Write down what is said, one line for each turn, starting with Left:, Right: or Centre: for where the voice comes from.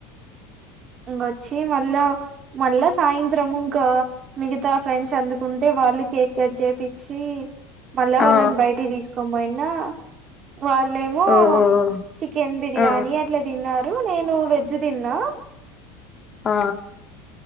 Right: ఇంకొచ్చి మళ్ళా మళ్ళా సాయంత్రం ఇంకా మిగతా ఫ్రెండ్స్ అందుకుంటే వాళ్ళు కేక్ కట్ చేపిచ్చి మళ్ళా వాళ్ళని
Left: ఆ!
Right: బయటికి తీసుకోమ్మ నా వాళ్ళేమో
Left: ఓహ్!
Right: చికెన్ బిర్యానీ
Left: ఆ!
Right: అట్లా తిన్నారు నేను వెజ్ తిన్నా
Left: ఆ